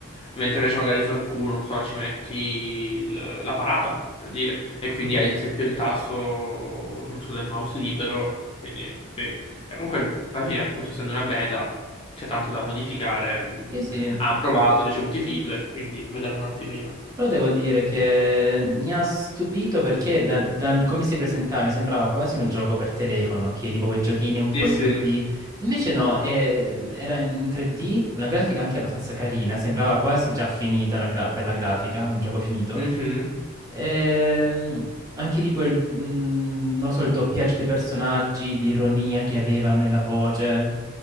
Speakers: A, on the left (about 25°); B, on the right (about 15°).
A: Mentre invece magari sulla Q, non so, ci metti il- la parata, per dire. E quindi
B: Mhm.
A: hai ad esempio il tasto, non so, del mouse libero. Quindi, beh, cioè, comunque, alla fine, appunto, essendo una beta, c'è tanto da modificare. Mm,
B: Sì, sì.
A: Hanno provato, ricevuto i feedback, quindi vedremo un attimino.
B: Però devo dire che mi ha stupito perché da, dal come si presentava mi sembrava quasi un gioco per telefono, che tipo quei giochini un
A: Sì,
B: po' in
A: sì.
B: 2D. Invece no, eh, era in 3D, una grafica anche abbastanza carina, sembrava quasi già finita la gra- per la grafica, un gioco finito.
A: Mhm.
B: Ehm, anche tipo il, mm, non lo so, il doppiaggio dei personaggi, l'ironia che avevano nella voce.